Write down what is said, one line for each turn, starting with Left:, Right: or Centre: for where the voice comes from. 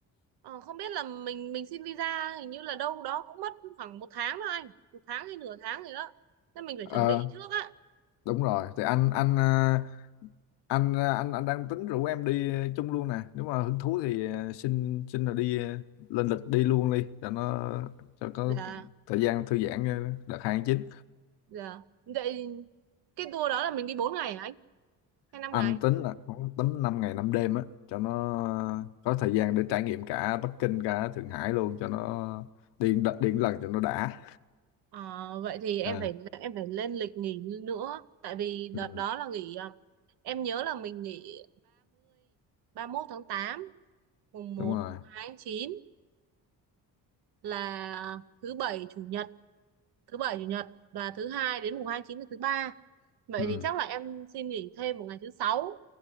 Right: Ờ, không biết là mình mình xin visa hình như là đâu đó cũng mất khoảng một tháng đó anh. Một tháng hay nửa tháng gì đó. Nên mình phải
Left: ờ
Right: chuẩn bị trước á.
Left: đúng rồi thì anh anh ờ, anh ờ, anh anh đang tính rủ em đi ờ, chung luôn nè nếu mà hứng thú thì ờ, xin xin là đi ờ, lên lịch đi luôn đi cho nó cho có
Right: Dạ,
Left: thời gian thư giãn ờ, đợt hai tháng chín
Right: dạ. Vậy cái tour đó là mình đi bốn ngày hả anh? Hay năm
Left: anh
Right: ngày?
Left: tính là khoảng tấm 5 ngày 5 đêm á cho nó có thời gian để trải nghiệm cả Bắc Kinh cả Thượng Hải luôn cho nó đi đi một lần cho nó đã
Right: Ờ, vậy thì em
Left: à,
Right: phải em phải lên lịch nghỉ nữa. Tại vì
Left: ừ,
Right: đợt đó là nghỉ à, em nhớ là mình nghỉ 30, mốt tháng tám mùng một
Left: đúng rồi
Right: mùng 2 tháng 9 là thứ bảy chủ nhật thứ bảy chủ nhật và thứ hai đến mùng hai tháng chín là thứ ba vậy
Left: ừ,
Right: thì chắc là em xin nghỉ thêm một ngày thứ sáu